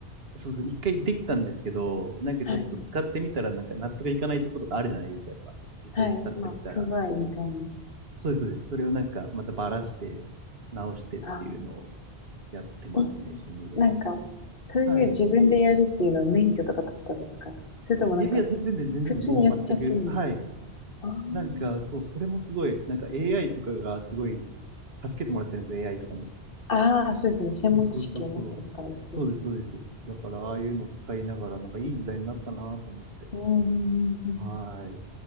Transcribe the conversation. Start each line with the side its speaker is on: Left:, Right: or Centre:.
Right: そうそう、一回できたんですけど、なんかちょっと使ってみたら、
Left: はい、
Right: なんか納得いかないところとかあるじゃないですか、やっぱ。実際使ってみたら。
Left: はい、まあ、不具合みたいな。
Right: そうです、そうです。それをなんか、またばらして、直してっていうのを
Left: あ、
Right: やってますね、
Left: え、
Right: 趣味で。
Left: なんか、そういう自分でやるっていうのは免許とか取ったんですかそれともなんか、
Right: はい。いやいや、全然で、全然で、
Left: 普通にやっちゃってるみたいな。
Right: もう全く、はい。
Left: あー
Right: なんか、そう、それもすごい、なんか AI とかがすごい助けてもらってるんですよ、AI とかに。
Left: あー、そうですね。専門知識を持ってるから一応。
Right: そうそうそうそう。そうです、そうです。だから、ああいうの使いながら、なんかいい時代になったなと思って。
Left: うん、うん、うん、うん。
Right: はい。